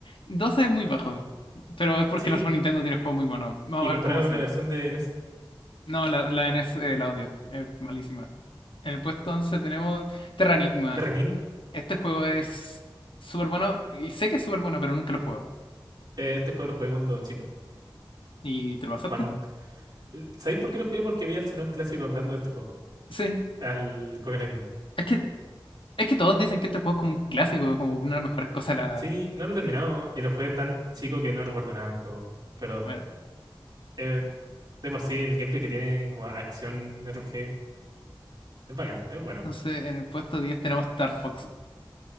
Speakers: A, on the left; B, on the right.
A: 12 es muy bajo, pero es porque
B: Sí,
A: la Super Nintendo tiene juegos muy buenos. Vamos
B: y
A: a
B: comparado
A: ver cómo sigue.
B: con la versión de NES
A: No, la, la n NES, el audio, es malísima. En el puesto 11 tenemos Terranigma.
B: Terra
A: Este juego es súper bueno, y sé que es súper bueno, pero nunca lo he jugado.
B: Eh, este juego lo jugué cuando chico.
A: ¿Y te lo pasaste?
B: Cuando... ¿Sabéis por qué lo jugué? Porque vi al Salón Clásico hablando de este juego.
A: Sí.
B: Al Coca Lightman.
A: Es que, es que todos dicen que este juego es como un clásico, como una de las mejores cosas de la...
B: Sí, no lo he terminado y lo jugué tan chico que no recuerdo nada del juego. Pero
A: Bueno,
B: eh, de por sí el gameplay que tiene como acción RPG es bacán, es bueno.
A: entonces en el puesto 10 tenemos Star Fox.